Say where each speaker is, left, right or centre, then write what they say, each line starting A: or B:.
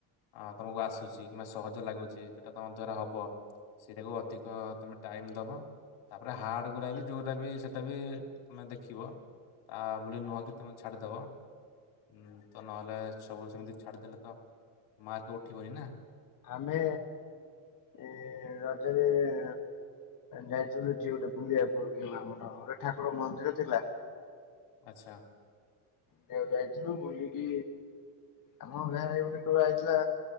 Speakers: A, on the left; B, on the left.
A: ଅ ତମକୁ ଆସୁଛି କିମ୍ବା ସହଜ ଲାଗୁଛି ଯୋଉଟା ତମ ଦ୍ଵାରା ହବ। ସେଇଟାକୁ ଅଧିକ ତମେ ଟାଇମ ଦବ ତାପରେ ହାର୍ଡ ଗୁରା ବି ଯଉଟା ବି ସେଇଟା ବି ତମେ ଦେଖିବ ଆ ପୁଣି ନୁହଁକି ତମେ ଛାଡ଼ିଦବ। ଉଁ ତ ନହେଲେ ସବୁ ସେମିତି ଛାଡିଦେଲେ ତ ମାର୍କ ଉଠିବନି ନା।
B: ଆମେ ଏ ରଜରେ ଏ ଯାଇଥିଲୁ ଟି ଗୋଟେ ବୁଲିବାକୁ ଆମର ଠାକୁର ମନ୍ଦିର ଥିଲା।
A: ଆଛା।
B: ବୁଲିଆକୁ ଯାଇଥିଲୁ ବୁିଲି କି ଆମ ଗାଁ ରେ ଗୋଟେ ଟୁକା ଯାଇଥିଲା